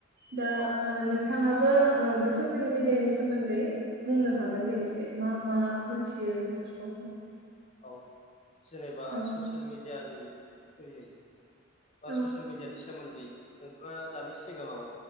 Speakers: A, on the left; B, on the right.
A: औ
B: दा
A: औ
B: ओ नोंथाङाबो ओ बे ससियेल मिडियानि सोमोन्दै बुंनो हागोन दे एसे मा मा मोनथियो बेफोरखौ
A: औ जेनेबा
B: औ
A: ससियेल मिडियानि थ्रुयै बा
B: औ
A: ससियेल मिडियानि सोमोन्दै नोंथाङा दानि सिगाङाव